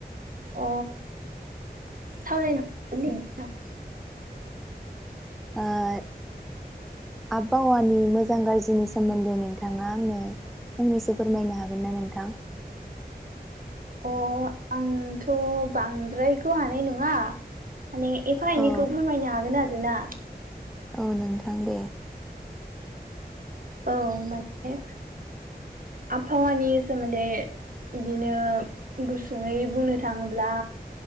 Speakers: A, on the right; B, in the centre.
A: अ सावराय <unintelligible>
B: आ आबहावानि मोजां गाज्रिनि सोमोन्दै नोंथाङा आंनो फंनैसो फोरमायनो हागोन ना नोंथां
A: अ आंथ' बांद्रायखौ हानाय नङा माने एफा
B: औ
A: एनैखौ फोरमायनो हागोन आरो ना
B: औ नोंथां दे
A: औ माने आबहावानि सोमोन्दै बिदिनो गुसुङै बुंनो थाङोब्ला